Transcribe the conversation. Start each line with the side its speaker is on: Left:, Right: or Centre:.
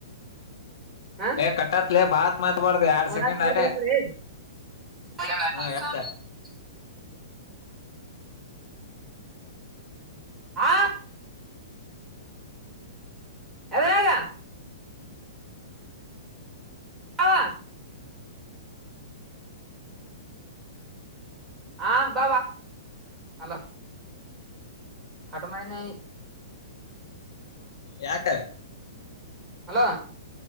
Centre: ಹಾ
Left: ಏ ಕಟ್ಟತ್ಲೆ ಬಾತ್ ಮಾತ್ಬಾರ್ದು ಎರಡ್
Centre: ಫೋನ್
Left: ಸೆಕೆಂಡ್
Centre: ಅಚ್ಚ
Left: ಆಟೆ
Centre: <unintelligible> ಹ
Left: ಹಾ
Centre: <unintelligible>
Left: ಎತ್ತ
Centre: ಹಾ ಎಂದರಗ ಹಾ ಹಾ ಬ ಹಲೋ ಕಟ ಮಾಡಿಂದ
Left: ಯಾಕ
Centre: ಅಲೋ